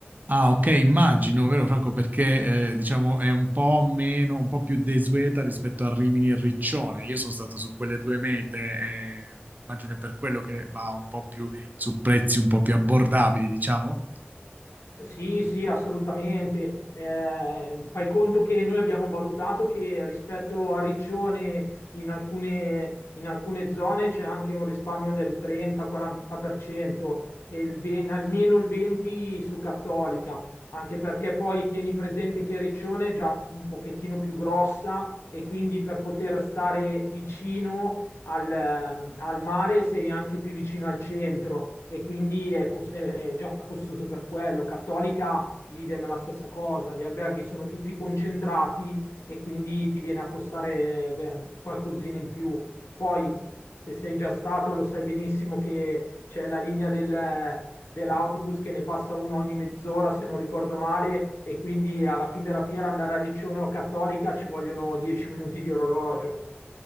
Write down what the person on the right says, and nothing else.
Ah, ok, immagino, vero Franco, perché eh, diciamo è un po' meno, un po' più desueta rispetto a Rimini e Riccione. Io sono stato su quelle due mete, e immagino è per quello che va un po' più su prezzi un po' più abbordabili, diciamo.